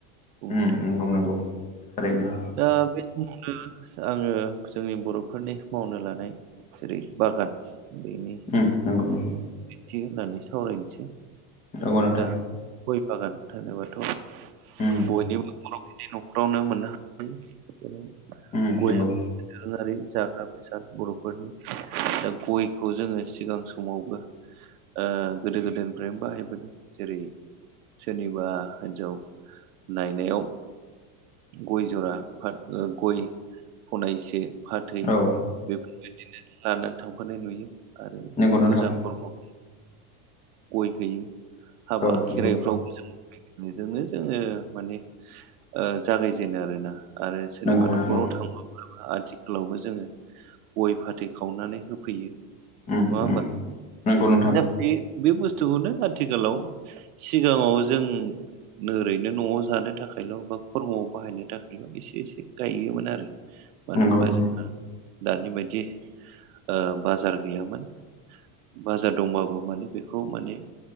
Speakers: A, on the right; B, on the left.
A: बुंनो
B: उम
A: थाङोब्ला
B: नंगौ नांगौ थारैनो
A: दा बे समावनो आंङो जोंनि बर'फोरनि मावनो लानाय जेरै बागान बेनि
B: उम नंगौ नंगौ
A: थि होननानै सावरायनोसै
B: नंगौ नोंथां
A: दा गय बागान होनोबाथ'
B: उम
A: बयनिबो बर'फोरनि न'खरावनो मोननो हायो जेराव
B: उम
A: गय
B: नंगौ
A: दोरोंङारि जाग्रा बर'फोरनि दा गयखौ जोंङो सिगां समावबो ओ गोदो गोदायनिफ्रायनो बाहायबोदों जेरै सोरनिबा हिन्जाव नायनायाव गय जरा फा ओ गय फनायसे फाथै
B: औ
A: बेफोरबायदिनो लानानै थांफानाय नुयो आरो
B: नंगौ नोंथां
A: फुजा खर्म' गय होयो हाबा
B: औ
A: खेराइफ्राव
B: नंगौ
A: बेजोंनो जोङो माने ओ जागायजेनो आरोना। आरो सोरनिबा
B: नंगौ
A: न'खराव
B: नंगौ
A: थांबा <unintelligible> आथिखालावबो जोङो गय फाथै खावनानै होफैयो।
B: उम
A: नङा होमबा
B: उम। नंगौ नोंथां
A: दा बे, बे बुस्थुखौनो आथिखालाव सिगाङाव जों नोरैनो न'आव जानो थाखायल' बा खर्म'आव बाहायनो थाखायल' एसे एसे गायोमोन आरो। मानो
B: नंगौ
A: होनबा
B: नंगौ
A: जोंहा दानि बायदि ओ बाजार गैयामोन। बाजार दंबाबो माने बेखौ माने